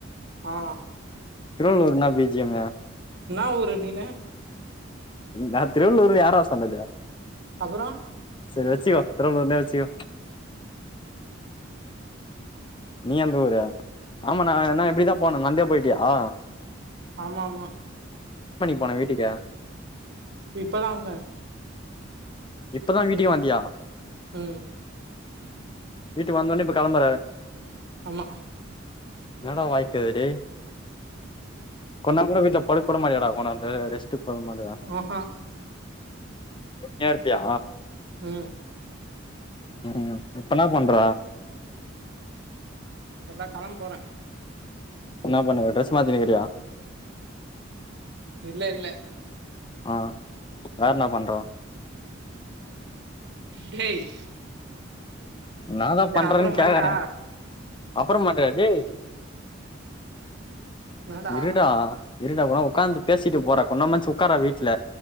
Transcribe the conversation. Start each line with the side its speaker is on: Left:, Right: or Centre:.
Right: ஆ
Left: திருவள்ளூர் என்ன பி ஜி எம்மு
Right: என்னா ஊரு நீனு
Left: நா திருவள்ளூர் யாரா சொன்னது
Right: அப்பறோ
Left: சரி வச்சுக்கோ திருவளூர்னே வச்சுக்கோ நீ எந்த ஊரு ஆமா நா நா இப்டிதா போன நந்தே போய்ட்டியா
Right: ஆமா ஆமா
Left: போன வீட்டுக்கு
Right: இப்பதா வந்த
Left: இப்பதா வீட்டுக்கே வந்தியா
Right: ம்
Left: வீட்டு வந்தோனே இப்ப கெளம்பற
Right: அமா
Left: என்னடா வாழ்க்க இது டே கொன்நேரோ கூட வீட்ல படுக்கூட மாட்டியாடா கொன ரெ ரெஸ் ட்டு கொழ மாரியா
Right: ஆஹா
Left: ஒல்லியா இருப்பியா
Right: ம்
Left: ம் இப்பனா பண்ற
Right: அதா களம் போற
Left: என்ன பண்ணுகற ட்ரெஸ் மாத்தினிக்கிறியா
Right: இல்ல இல்ல
Left: ஆ வேற என்ன பண்றா
Right: டேய்
Left: இன்னாதா
Right: சரி
Left: பண்றன்னு
Right: நா அப்புறோ பண்ட்டா
Left: கேக்கற அப்பற மாட்டு டேய்
Right: என்னடா
Left: இருடா இருடா போனா உக்காந்து பேசிட்டு போறா கொன்ன மாச்சு உக்காரா வீட்ல